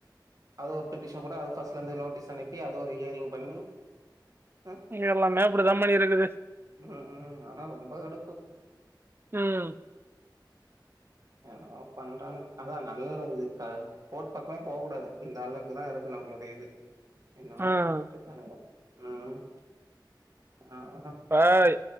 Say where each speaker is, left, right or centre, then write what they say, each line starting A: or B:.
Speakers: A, on the right; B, on the right.
A: அது ஒர் பெட்டஷன் கூட அது ஃபஸ்ல இருந்து நோட்டீஸ் அனுப் ஏ அதோரு ஹியரிங் பண்ணி ஹு
B: எல்லாமே அப்படிதா பண்ணிருக்குது
A: உ உ ஆனா ரொம்ப கடுப்பு
B: ம்.
A: என்னோ பண்றன் அதா நல்லதுக்கா போட் பக்கமே போவ்க் கூடாது இந்த அளுக்குதா இருக்கு நம்ளுடை இது என்னதோ
B: ம்.
A: பண்ட்டுக்கானுங்க ம் அஅஆ
B: ஆய்